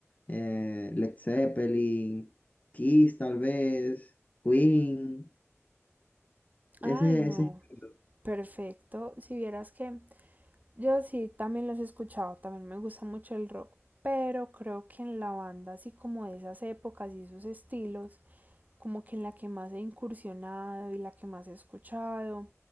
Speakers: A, on the left; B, on the right.
A: eh, Led Zeppelin, Kiss tal vez, Queen, ese,
B: Ay, no,
A: ese estilo.
B: perfecto. Si vieras que Yo sí, también los he escuchado, también me gusta mucho el rock, pero creo que en la banda, así como de esas épocas y esos estilos, como que en la que más he incursionado y la que más he escuchado